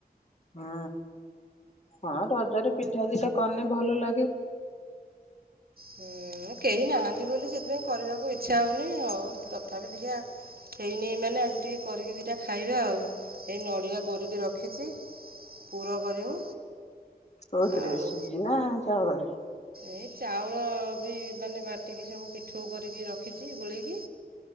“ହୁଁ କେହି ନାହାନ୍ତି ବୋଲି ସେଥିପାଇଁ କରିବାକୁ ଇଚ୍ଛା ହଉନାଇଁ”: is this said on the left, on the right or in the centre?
Right